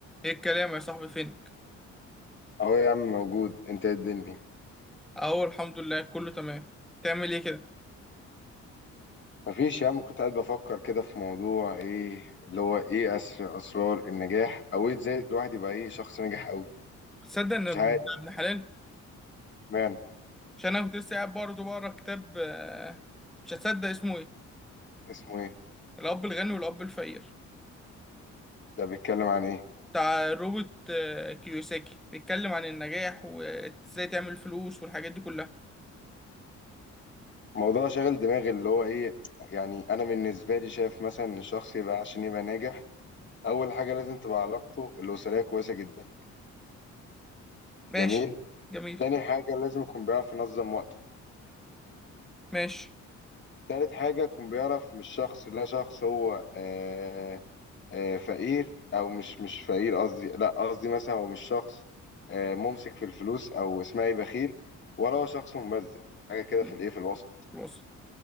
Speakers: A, in the centre; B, on the left.
A: ايه الكلام يا صاحبي فينك
B: اهو يا عم موجود انت إيه الدنيا
A: اهو الحمد لله كله تمام تعمل ايه كده
B: مفيش يا عم كنت قاعد بفكر كده في موضوع ايه اللي هو ايه اسر اسرار النجاح او ايه ازاي الواحد يبقى ايه شخص ناجح قوي
A: تصدق ان ابن
B: مش عارف
A: ابن حلال
B: معنى
A: عشان انا كنت لسه قاعد برضه بقرا كتاب آه، مش هتصدق اسمه ايه
B: اسمه ايه
A: الاب الغني والاب الفقير
B: ده بيتكلم عن ايه
A: بتاع روبرت آه، كيوساكي بيتكلم عن النجاح وازاي تعمل فلوس والحاجات دي كلها
B: موضوع شاغل دماغي اللي هو ايه يعني انا بالنسبه لي شايف مثلا ان الشخص يبقى عشان يبقى ناجح اول حاجه لازم تبقى علاقته الاسريه كويسه جدا
A: ماشي
B: جميل
A: جميل
B: تاني حاجه لازم يكون بيعرف ينظم وقته
A: ماشي
B: تالت حاجه يكون بيعرف مش شخص لا شخص هو آه، آه، فقير او مش مش فقير قصدي لا قصدي مثلا هو مش شخص آه، ممسك في الفلوس او اسمها ايه بخيل وراه شخص مبذر حاجه كده
A: م،
B: في الايه في الوسط
A: وصل